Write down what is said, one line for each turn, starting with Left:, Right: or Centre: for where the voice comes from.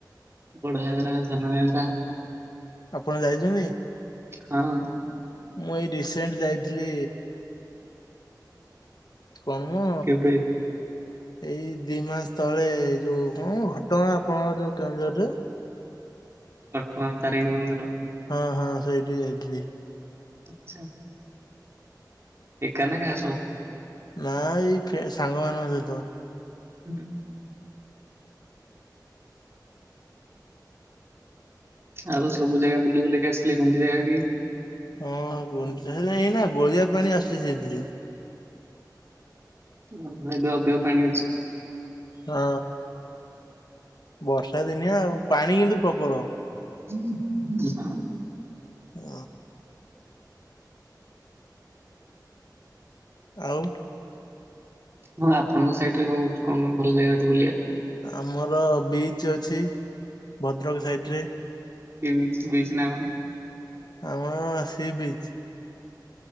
Right: ବଡଘାଗରା, ସାନଘାଗରା।
Left: ଆପଣ ଯାଇଚନ୍ତି?
Right: ହଁ।
Left: ମୁଁ ଏଇ ରିସେଣ୍ଟ ଯାଇଥିଲି କଣ ମ
Right: କେବେ
Left: ଏଇ ଦି ମାସ ତଳେ ଯୋଉ କଣ ଘଟଗାଁ ଆପଣଙ୍କର ଯୋଉ କେଉଁଝରରେ।
Right: ଘଟଗାଁ ତାରିଣୀ ମନ୍ଦିର।
Left: ହଁ ହଁ ସେଇଠିକି ଯାଇଥିଲି।
Right: ଆଚ୍ଛା। ଏକା ନା କାହା ସହ।
Left: ନା ଏଇ ଫ୍ରେ ସାଙ୍ଗ ମାନଙ୍କ ସହିତ।
Right: ହୁଁ। ଆଉ ସବୁ ଜାଗା ବୁଲି ବାଲିକି ଆସିଲେ ଗୁଣ୍ଡିଚା ଘାଇ ବି।
Left: ହଁ ଗୁଣ୍ଡିଚା ଘାଇ ଏଇନା ଗୋଳିଆ ପାଣି ଆସୁଚି ସେଇଥିରେ।
Right: ଭଲ ଲାଗିବ ଅଧିକ ପାଣି ଅଛି।
Left: ହଁ ବର୍ଷା ଦିନିଆ ଆଉ ପାଣି କିନ୍ତୁ ପ୍ରବଳ।
Right: <inaudible>
Left: ଓ। ଆଉ।
Right: ହଉ ଆପଣଙ୍କ ସାଇଟରେ କଁ ଅଛ କଣ କଣ ଭଲ ଜାଗା ଅଛି ବୁଲିବାକୁ।
Left: ଆମର ବିଚ୍ ଅଛି ଭଦ୍ରକ ସାଇଟ୍ ରେ।
Right: କି ବିଚ୍ ବିଚ୍ ନା କଣ।
Left: ଆମର ସି ବିଚ୍।